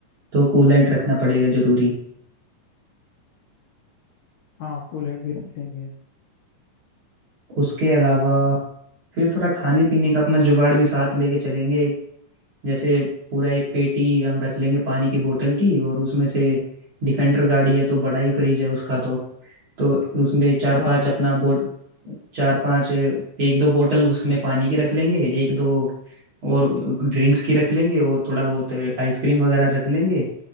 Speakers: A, on the right; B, on the left.
A: तो कूलेंट रखना पड़ेगा जरूरी
B: हाँ कूलेंट भी रख लेंगे
A: उसके अलावा फिर थोड़ा खाने पीने का अपना जुगाड़ भी साथ लेके चलेंगे जैसे पूरा एक पेटी हम रख लेंगे पानी की बोतल की और उसमें से डिफेंडर गाड़ी है तो बड़ा ही फ्रिज है उसका तो तो उसमें चार
B: हाँ
A: पांच
B: यार
A: अपना
B: सही
A: बोट
B: बात
A: चार पांच एक दो बोतल उसमें पानी की रख लेंगे एक दो और ड्रिंक्स की रख लेंगे और थोड़ा बहुत आइसक्रीम वगैरह रख लेंगे